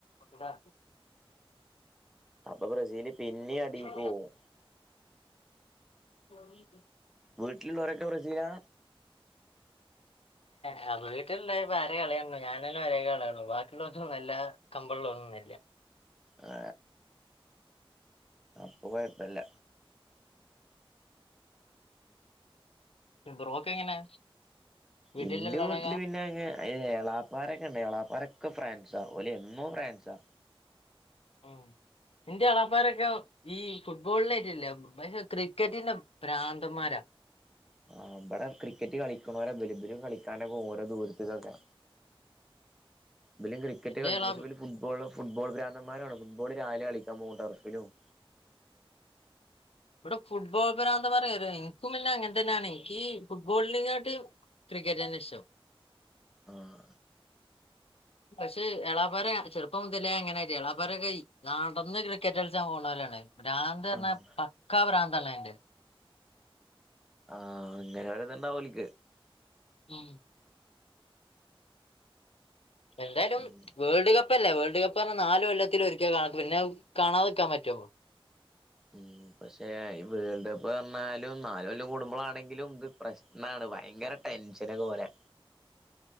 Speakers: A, on the left; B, in the centre.
A: എന്താ
B: അപ്പൊ ബ്രസീല്
A: <unintelligible>
B: പിന്നിം അടീക്ക്
A: യു
B: പോവും
A: വി
B: വീട്ടിലുള്ളവരൊക്കെ ബ്രസീലാ
A: ഹലോ വീട്ടിലണ്ടായപ്പ ആരെ കളി കാണുള്ളൂ ഞാനന്നെ മര്യക്ക് കാണുള്ളു ബാക്കിയുള്ളൊതന്നുംല്ല കമ്പള്ളോലൊന്നും ഇല്ല
B: ഏ അപ്പൊ കൊയപ്പല്ല
A: ബ്രോക്ക് എങ്ങനെ വീട്ടിലുള്ളവരൊക്കെ
B: എന്റെ വീട്ടില് പിന്നെ അങ് ഏളാപ്പാരൊക്കെ ഉണ്ട് ഏളാപ്പാരൊക്കെ ഫ്രാൻസാ ഓല് എന്നോ ഫ്രാൻസാ
A: ആ ന്റെ എളപ്പാരൊക്കെ ഈ ഫുട്ബോളിനേറ്റില്ല പക്ഷെ ക്രിക്കറ്റിന്റെ പ്രാന്തന്മാരാ
B: ആ ഇവിടെ ക്രിക്കറ്റ് കളിക്കണോരോ വലുബലും കളിക്കാനൊക്കെ ഓരോ ദൂരത്തിലൊക്കെ വലും ക്രിക്കറ്റ്
A: എന്റെ
B: കളിക്കും
A: എളാ
B: പക്ഷെ ബര് ഫുഡ്‌ബോൾ ഫുഡ്‌ ബോൾ പ്രാൻ ന്തന്മാരാണ് ഫുട്ബോള് രാവിലെ കളിക്കാൻ പോവും ടർഫില് പോം
A: ഇവിടെ ഫുട്ബോൾ പിരാന്തന്മാര <unintelligible> ൻക്കും പിന്നങ്ങൻ തന്നാണ് നിക്ക് ഫുട്ബോലിനികാട്ടിം ക്രിക്കറ്റ് തന്ന ഇഷ്ട്ടം
B: ആഹ
A: പക്ഷെ എളാപ്പരെ ചെറുപ്പം മുതലേ അങ്ങനയിറ്റെ എളാപരോക്കെ നടന്ന് ക്രിക്കറ്റ് കളിച്ചാൻ പോണോലാണ് ഭ്രാന്ത് പറഞ്ഞാ
B: ആഹ്
A: പക്കാ പ്ര്രാന്തണ് അയ്‌ന്റെ
B: ആ ഇങ് <unintelligible> ണ്ടാവോൽക്ക്
A: ഉം എന്തായാലും
B: ഉം
A: വേൾഡ് കപ്പ് കപ്പല്ലേ വേൾഡ് കപ്പ് പറഞ്ഞ നാല് കൊല്ലത്തിൽ ഒരിക്കല പിന്നെ കാണാതെക്കാൻ പറ്റോ
B: ഉം പക്ഷെ ഈ വേൾഡ് കപ്പ് പറഞ്ഞാലും നാല് കൊല്ലും കുടുംബളാണെങ്കിലും ഇത് പ്രശ്നാണ് ഭയങ്കര ടെൻഷന പോലെ